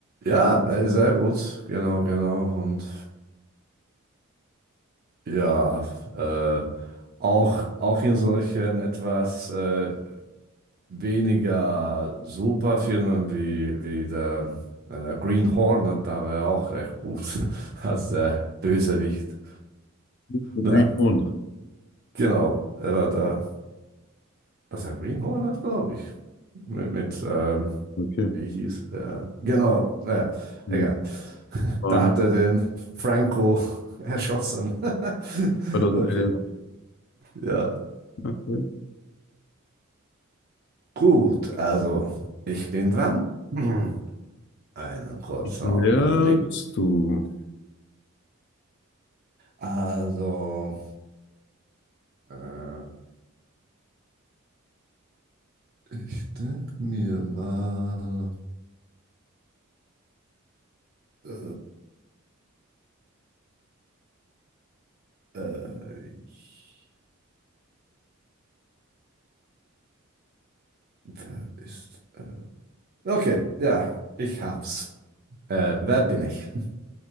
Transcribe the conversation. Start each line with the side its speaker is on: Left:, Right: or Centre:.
Right: Ja, äh, sehr gut, genau, genau. Und ja, äh, auch, auch in solchen etwas äh, weniger super Filmen wie, wie der äh, Green Hornet, da war er auch recht gut <laughs> als der Bösewicht.
Left: The Green
Right: Naja,
Left: Phone.
Right: genau, er war da, was der Green Hornet, glaube ich, mit, mit ähm,
Left: Okay.
Right: wie hieß er? Genau, naja, egal.
Left: Hm. Von
Right: Da hat er den Franco <laughs> erschossen. <laughs>
Left: 2011.
Right: Okay, ja.
Left: Okay.
Right: Gut, also ich bin dran. Mhm. Einen kurzen
Left: Wer
Right: Augenblick.
Left: bist du?
Right: Also, äh, ich denke mir mal, äh, äh, ich- wer ist... Okay, ja, ich hab's. Äh, wer bin ich?